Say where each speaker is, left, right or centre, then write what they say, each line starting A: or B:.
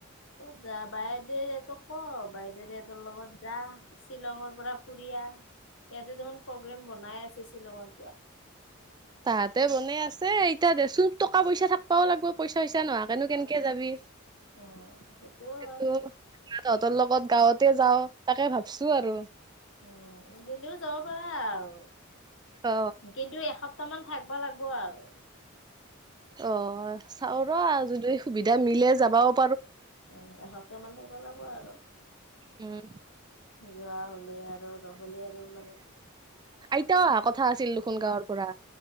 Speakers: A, on the left; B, on the right.
A: ক'ত যাবা দে এইটো ক গিৰিয়েৰটো লগত যাৰ, শ্বিলং পৰা ফুৰি আহ। ইয়াতে দেখোন প্ৰগ্ৰেম বনাই আছে, শ্বিলংত যোৱা।
B: তাহাঁতে বনাই আছে। এতিয়া দেচোন টকা পইচা থাকবাও লাগব পইচা চইচা নোহোৱাকেনো কেনেকে যাবি।
A: উম সেইটোও
B: যিহেতু
A: হয়
B: তহতৰ লগত গাওঁতে যাওঁ তাকে ভাবছো। তো আৰু
A: উম, গেলাও যাব পাৰা আৰু
B: অ
A: কিন্তু এসপ্তাহ মান থাক কবা লাগব আৰু
B: অ চাও ৰ যদি সুবিধা মিলে যাবাওঁ
A: উম এসপ্তাহ মান থাকিব লাগিব আৰু
B: উম
A: যোৱা হলে আৰু ৰবলে আৰু মানে
B: আইতা অহা কথা আছিল দেখোন গাঁৱৰ পৰা।